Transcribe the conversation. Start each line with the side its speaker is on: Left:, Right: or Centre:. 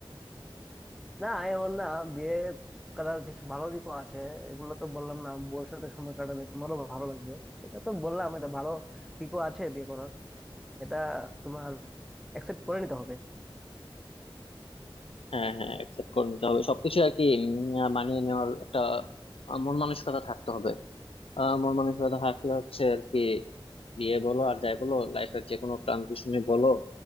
Centre: না আমি বললাম বিয়ে করার কিছু ভালো দিকও আছে এগুলো তো বললাম না বউয়ের সাথে সময় কাটালে তোমারও ভালো লাগবে এটা তো বললাম এটা ভালো দিকও আছে বিয়ে করার এটা তোমার অ্যাকসেপ্ট করে নিতে হবে
Left: হ্যাঁ হ্যাঁ অ্যাকসেপ্ট করে নিতে হবে সবকিছু আর কি উম, মানিয়ে নেওয়ার একটা আহ, মন মানসিকতা থাকতে হবে আহ, আমার মানসিকতা থাকলে হচ্ছে আর কি বিয়ে বলো আর যাই বলো লাইফের যে কোনো ট্রানজিশনে বলো